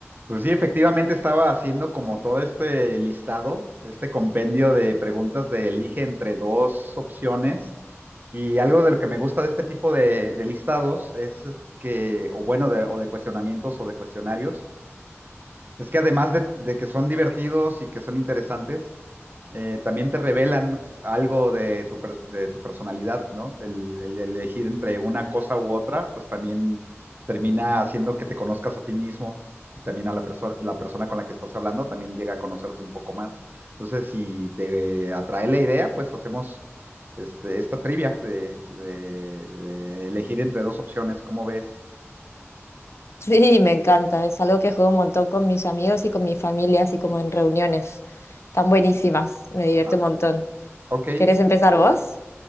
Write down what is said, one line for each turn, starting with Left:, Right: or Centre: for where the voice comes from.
Right: Pues sí, efectivamente estaba haciendo como todo este listado, este compendio de preguntas de elige entre dos opciones. Y algo de lo que me gusta de este tipo de, de listados es que, o bueno, de, o de cuestionamientos o de cuestionarios, es que además de, de que son divertidos y que son interesantes, eh, también te revelan algo de tu, pers- de tu personalidad, ¿no? El, el elegir entre una cosa u otra, pues también termina haciendo que te conozcas a ti mismo y también a la, perso- la persona con la que estás hablando también llega a conocerte un poco más. Entonces, si te atrae la idea, pues hacemos este, esta trivia de, de- de elegir entre dos opciones, ¿cómo ves?
Left: Sí, me encanta. Es algo que juego un montón con mis amigos y con mi familia, así como en reuniones. Están buenísimas. Me divierte
Right: Ah,
Left: un montón.
Right: ok.
Left: ¿Querés empezar vos?